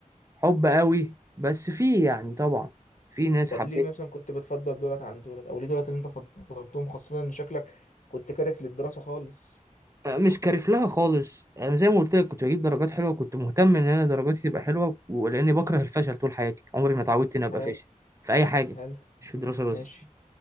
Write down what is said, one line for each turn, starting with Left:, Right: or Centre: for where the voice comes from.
Right: حب قوي بس فيه يعني طبعا في ناس
Left: طب
Right: حبيت
Left: ليه مثلا كنت بتفضل دولت عن دولت او ليه دولت اللي انت فضلتهم خاصه ان شكلك كنت كارف للدراسه خالص
Right: آه، مش كارف لها خالص انا زي ما قلت لك كنت بجيب درجات حلوة كنت مهتم ان انا درجاتي تبقى حلوة ولاني بكره الفشل طول حياتي عمري ما اتعودت اني ابقى
Left: حلو
Right: فاشل في اي حاجة
Left: حلو
Right: مش في الدراسة بس
Left: ماشي